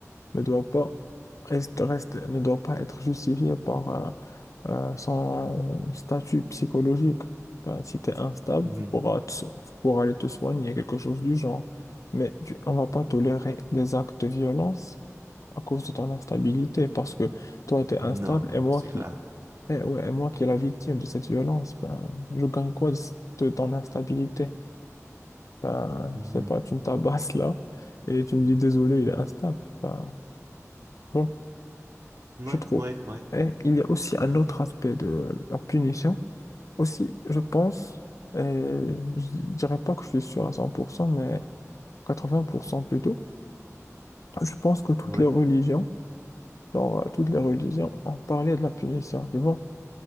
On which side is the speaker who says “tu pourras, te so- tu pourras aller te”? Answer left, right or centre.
Left